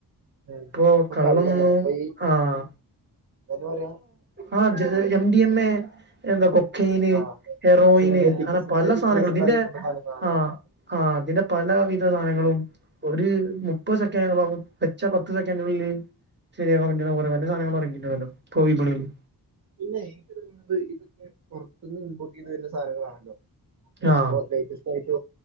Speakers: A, on the right; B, on the right.
A: ഉം
B: ഇപ്പൊ കള്ളോന്നും
A: കള്ളൊന്നല്ല ഇപ്പൊ ഈ
B: ആഹ
A: എന്താ പറയാ
B: ആ എം ഡി എം എ എന്താ കൊക്കയിന്
A: ആഹ്
B: ഹെറോയിന്
A: സിന്തറ്റിക്
B: അങ്ങനെ
A: സിന്തറ്റിക്
B: പല സാധനങ്ങളും
A: ഡ്രസ്സ് എന്നറിയപ്പെട്ട
B: ഇതിന്റെ
A: സാധനങ്ങളാണല്ലോ
B: ആഹ ആ് അതിന്റെ പല വി സങ്ങളും ഒരു മുപ്പ സെക്കഡ വെച്ച പത്ത് സെക്കൻഡുകളില് ശരിയാകൻറെ വല്ല സധനങ്ങൾ ഉറങ്ങിണ്ടല്ല ഇ വിപണയില്
A: പിന്നെ എനിക്ക് തോന്നുന്നത് ഇതൊക്കെ പുറത്തുന്ന് ഇമ്പോർട്ട് ചെയ്ത് വരുന്ന സാധനങ്ങളാണല്ലോ ഇ
B: ആ
A: ലേറ്റസ്റ്റ് ആയിട്ട്